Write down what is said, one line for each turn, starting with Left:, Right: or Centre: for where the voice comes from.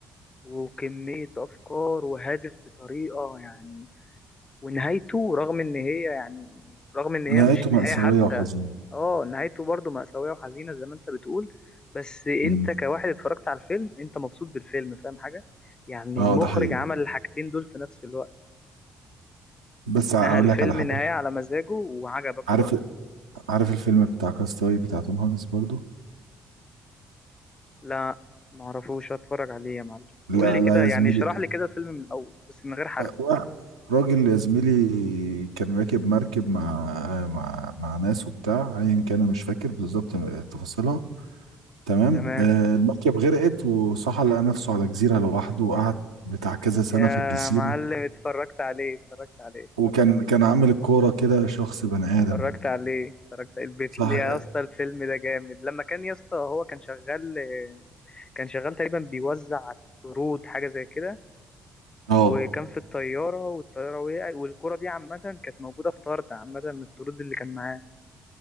Left: وكمية أفكار وهادف بطريقة يعني ونهايته رغم إن هي يعني رغم إن هي
Right: نهايته
Left: مش نهاية
Right: مأساويه
Left: حتى
Right: وحزينه
Left: آه نهايته برضو مأساوية وحزينة زي ما أنت بتقول بس أنت
Right: مم.
Left: كواحد اتفرجت على الفيلم أنت مبسوط بالفيلم فاهم حاجة؟ يعني
Right: اه
Left: المخرج
Right: ده حقيقي
Left: عمل الحاجتين دول في نفس الوقت
Right: بس
Left: نهى
Right: ع- اقول
Left: الفيلم
Right: لك على حاجه
Left: نهاية على مزاجه وعجبك
Right: عارف
Left: برضه
Right: عارف الفيلم بتاع كاستاوي بتاع توم هانكس برضو
Left: لا معرفوش هتفرج عليه يا معلم
Right: لا
Left: قول لي كده
Right: لا يا
Left: يعني
Right: زميلي
Left: اشرح لي كده الفيلم من الأول بس من غير حرق
Right: وا- راجل يا زميلي كان راكب مركب مع مع مع ناس وبتاع ايا كان أنا مش فاكر بالظبط تفاصيلها تمام
Left: تمام
Right: آه، المركب غرقت وصحى لقى نفسه على جزيرة لوحده وقعد بتاع كذا سنة
Left: يا
Right: في الجزيرة
Left: معلم اتفرجت عليه اتفرجت عليه
Right: وكان كان عامل الكورة كده شخص بني آدم
Left: اتفرجت عليه اتفرجت البيت
Right: صح
Left: ليه يا اسطى الفيلم ده جامد لما كان يا اسطى هو كان شغال كان شغال تقريبا بيوزع طرود حاجه زي كده
Right: اه
Left: وكان في الطياره والطياره وقعت والكره دي عامه كانت موجوده في طرد عامه من الطرود اللي كان معاه